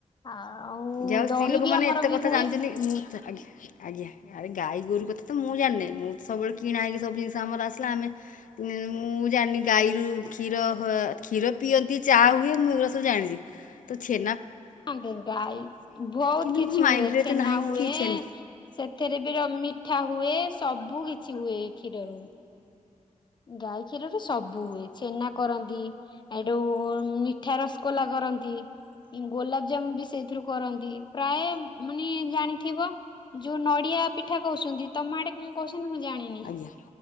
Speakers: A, on the left; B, on the left.
A: ଆଉ
B: ଯାହା ହଉ ସ୍ତ୍ରୀ
A: ଦହି
B: ଲୋକମାନେ
A: ବି ଆମର
B: ଏତେ କଥା
A: ବି ହୁଏ।
B: ଜାଣିଛନ୍ତି ମୁଁ ଆଜ୍ଞା ଆଜ୍ଞା ଆରେ ଗାଈ ଗୁରୁ କଥା ତ ମୁଁ ଜାନି ମୁଁ ସବୁବେଳେ କିଣା ହୋଇକି ସବୁ ଜିନିଷ ଆମର ଆସିଲା ଆମେ ନା ମୁଁ ଜାନି ଗାଈରୁ କ୍ଷୀର କ୍ଷୀର ପିଅନ୍ତି ଚାହା ହୁଏ ମୁଁ ଏଗୁଡା ସବୁ ଜାଣିଛି। ତ ଛେ।
A: ହ ଗାଈ ବହୁତ
B: କିନ୍ତୁ
A: କିଛି
B: ମୋ ମାଇଣ୍ଡରେ
A: ହୁଏ
B: ଏତେ
A: ଛେନା
B: ନାହିଁ
A: ହୁଏ
B: କି ଛେନା
A: ସେଥିରେ ବି ରମି ମିଠା ହୁଏ ସବୁ କି କିଛି ହୁଏ ଖିରରୁ ଗାଈ କ୍ଷୀରରେ ସବୁ ହୁଏ ଛେନା କରନ୍ତି ଏଠୋ ମିଠା ରସଗୋଲା କରନ୍ତି ଗୋଲାପଜାମୁନ ବି ସେଇଥିରୁ କରନ୍ତି ପ୍ରାୟ ମାନେ ଜାଣିଥିବ ଯୋଉ ନଡିଆ ପିଠା କହୁଛନ୍ତି ତମ ଆଡେ କଣ କହୁ ମୁଁ ଜାଣିନି
B: ଆଜ୍ଞା